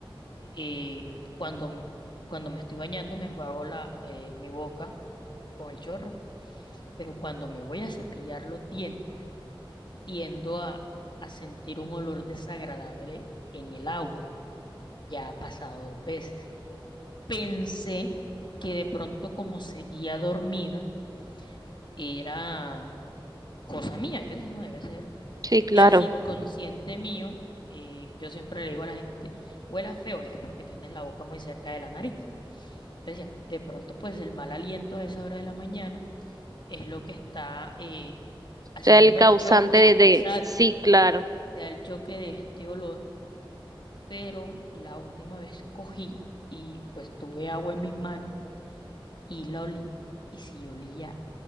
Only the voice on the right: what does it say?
sí, claro.
O
sea, el causante
de, de-
sí, claro,